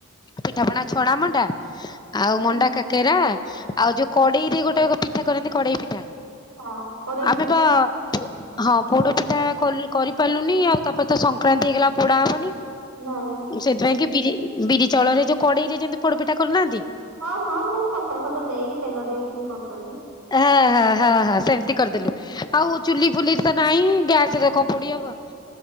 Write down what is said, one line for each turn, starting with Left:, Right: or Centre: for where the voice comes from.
Left: ପିଠାପଣା ଛଣା ମଣ୍ଡା, ଆଉ
Right: ହୁଁ
Left: ମଣ୍ଡା କାକେରା ଆଉ ଯୋଉ କଡେଇରେ ଗୋଟେ କ ପିଠା କରନ୍ତି କଡେଇ ପିଠା
Right: ହଁ କଡେଇ ପିଠା
Left: ଆମେ ବା-ଆ ହଁ ପୋଡ ପିଠା କଲ୍ କରିପାରିଲୁନି ଆଉ ତାପରେ ତ ସଂକ୍ରାନ୍ତି ହେଇଗଲା ଆ ପୋଡା ହବନି।
Right: ନାଇଁ।
Left: ସେଇଥିପାଇଁ କି ବିରି ବିରି ଚଉଳରେ ଯୋଉ କଡେଇରେ ଯେମିତି ପୋଡପିଠା କରୁନାହାନ୍ତି?
Right: ହଁ ହଁ ସେ ପତର ଫତର ଦେଇକି ତେଲ ଦେଇକିନି କରୁଚନ୍ତି।
Left: ଆ ହା ହା ହା ସେମିତି କରିଦେଲୁ। ଆଉ ଚୁଲି ଫୁଲି ତ ନାହିଁ ଗ୍ୟାସରେ କଁ ପୋଡି ହବ?